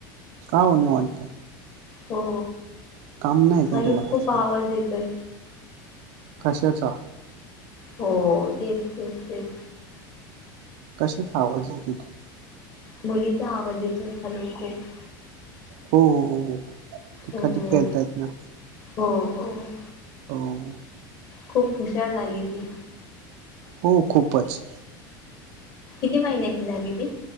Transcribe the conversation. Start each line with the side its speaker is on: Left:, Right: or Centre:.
Right: का ओ निवांत.
Left: हो.
Right: काम नाही काय
Left: खालून
Right: तुम्हाला
Left: खूप
Right: आज
Left: आवाज
Right: काही?
Left: येतोय
Right: कशाचा?
Left: हो. तेच तेच तेच.
Right: कशाच आवाज येतोय?
Left: मुलीचा आवाज येतोय खालून खूप.
Right: हो हो हो. ते
Left: हम्म
Right: खाली खेळतायत ना
Left: ह हो हो.
Right: हो.
Left: खूप हुशार झाली ती.
Right: हो खूपच.
Left: किती महिन्याची झाली ती?